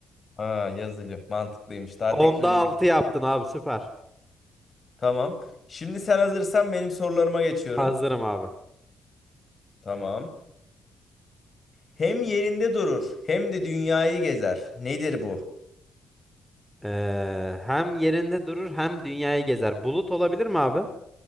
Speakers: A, on the left; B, in the centre.
A: Aa yazılı. Mantıklıymış. Daha
B: Onda
A: teknoloji.
B: 6 yaptın abi süper.
A: Tamam. Şimdi sen hazırsan benim sorularıma geçiyorum.
B: Hazırım abi.
A: Tamam. Hem yerinde durur hem de dünyayı gezer. Nedir bu?
B: Ee, hem yerinde durur hem dünyayı gezer. Bulut olabilir mi abi?